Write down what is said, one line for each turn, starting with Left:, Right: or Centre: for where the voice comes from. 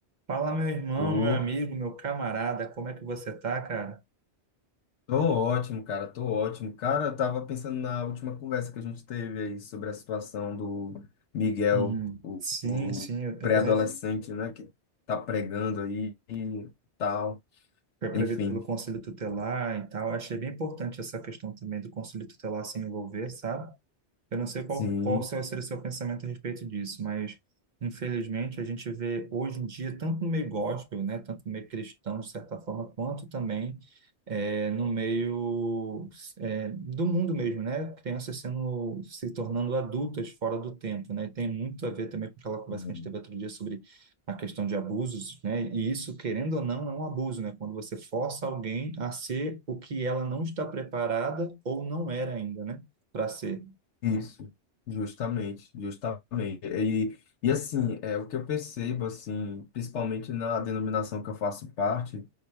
Right: Fala, meu irmão,
Left: Ô,
Right: meu amigo, meu camarada, como é que você tá, cara?
Left: tô ótimo, cara, tô ótimo. Cara, eu tava pensando na última conversa que a gente teve aí sobre a situação do Miguel,
Right: Uhum.
Left: o,
Right: Sim,
Left: o
Right: sim, eu, eu
Left: pré-adolescente,
Right: também
Left: né, que tá pregando aí e tal.
Right: fui proibido
Left: Enfim,
Right: pelo Conselho Tutelar e tal. Achei bem importante essa questão também do Conselho Tutelar se envolver, sabe? Eu não sei qual,
Left: sim,
Right: qual seu- seria o seu pensamento a respeito disso, mas infelizmente a gente vê hoje em dia, tanto no meio gospel, né, tanto no meio cristão, de certa forma, quanto também eh, no meio eh, do mundo mesmo, né? Crianças sendo, se tornando adultas fora do tempo, né? E Tem muito a ver também com aquela conversa
Left: Hum.
Right: que a gente teve outro dia sobre a questão de abusos, né? E isso, querendo ou não, é um abuso, né? Quando você força alguém a ser o que ela não está preparada ou não era ainda, né? Para ser.
Left: isso, justamente, justamente. E, e assim, é o que eu percebo, assim, principalmente na denominação que eu faço parte.